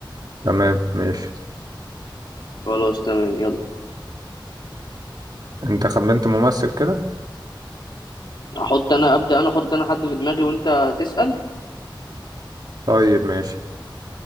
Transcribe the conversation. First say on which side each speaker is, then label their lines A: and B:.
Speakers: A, on the right; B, on the left.
A: تمام ماشي
B: خلاص تمام يلا
A: انت خمنت ممثل كده
B: احط انا ابدا انا احط انا حد في دماغي وانت تسال
A: طيب ماشي